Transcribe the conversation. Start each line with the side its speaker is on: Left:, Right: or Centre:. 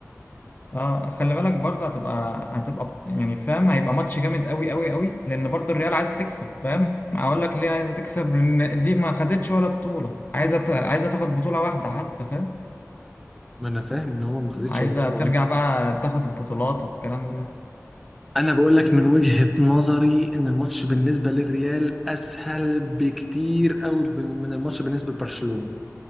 Left: اه خلي بالك برضه هتبقى هتبقى بط- يعني فاهم هيبقى ماتش جامد قوي قوي قوي لان برضه الريال عايزه تكسب فاهم اقول لك ليه عايزه تكسب لان دي ما خدتش ولا بطوله عايزه ت... عايزه تاخد بطوله واحده حتى فاهم
Centre: ما انا فاهم ان هو ما خدتش
Left: عايزه
Centre: ولا بطوله
Left: ترجع
Centre: وعايز تاخد
Left: بقى تاخد البطولات والكلام ده
Centre: انا بقول لك من وجهه نظري ان الماتش بالنسبه للريال اسهل بكتير قوي من الماتش بالنسبه لبرشلونه